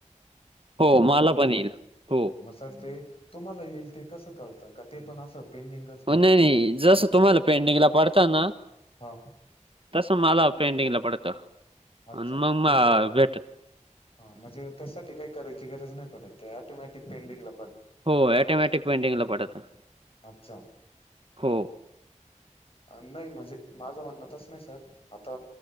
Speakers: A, on the right; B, on the left.
A: हो मला पण येईल.... हो..
B: जर ते तुम्हांला येईल ते कस कळतं का ते पण अस पेंडिंगच
A: हो
B: पडतं
A: नाही- नाही जसं तुम्हाला पेंडिंगला पडतं ना,
B: हा
A: तस मला पेंडिगला पडतं
B: अच्छा
A: आणि मग
B: त्याचा
A: म भेटत
B: हा म्हणजे त्याच्यासाठी काही करायची गरज नाही पडत ते ऑटोमॅटिक पेंटिंगला
A: हो ऑटोमॅटिक पेंडिगला पडतं.
B: अच्छा
A: हो.
B: नाही म्हणजे माझं म्हणणं तस नाही सर आता